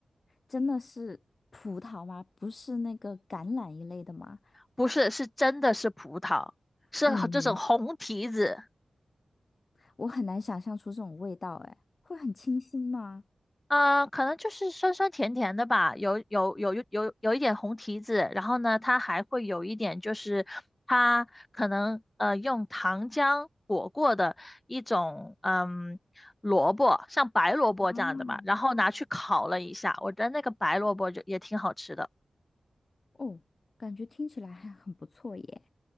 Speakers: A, on the left; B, on the left.
A: 真的是葡萄吗？不是那个橄榄一类的吗？
B: 不是，是真的是葡萄，是这种红提子。
A: 嗯，我很难想象出这种味道。哎，会很清新吗？
B: 啊、可能就是酸酸甜甜的吧，有有有有有有一点红提子，然后呢，它还会有一点就是它可能呃用糖浆裹过的一种嗯萝卜，像白萝卜这样的吧，
A: 嗯。
B: 然后拿去烤了一下，我觉得那个白萝卜就也挺好吃的。
A: 哦，感觉听起来还很不错耶，